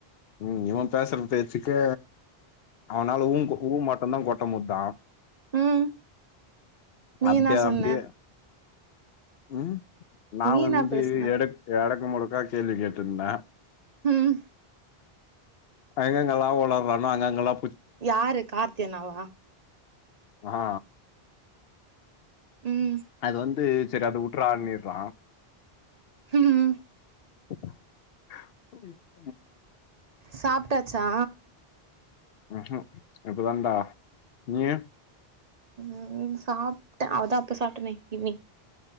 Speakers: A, on the left; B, on the right.
A: ம் இவம் பேசற பேச்சுக்கு அவனால ஊங்கு ஊமட் இவந்தா கொட்ட முத்தா
B: ம் நீ
A: அப்டியே
B: என்னா சொன்ன
A: அப்டியே ம் நா
B: நீ
A: வந்து
B: என்னா பேசுன
A: எடுக் எடக் குமுடக்கா கேள்வி கேட்டுருந்தே
B: ம்
A: எங்கங்கல்லா ஒளர்ரானோ அங்கங்கல்லா
B: யாரு கார்த்தி அண்ணாவா
A: ஆ
B: ம்
A: அது வந்து சேர் அத உட்ராண்ணிர்றா
B: ம்
A: <unintelligible>
B: சாப்ட்டா ச்சா
A: ம் ஹூம் இப்பதாண்டா நீயு
B: ம் சாப்ட்ட அதா அப்ப சாப்ட்டனே ஈவ்னிங்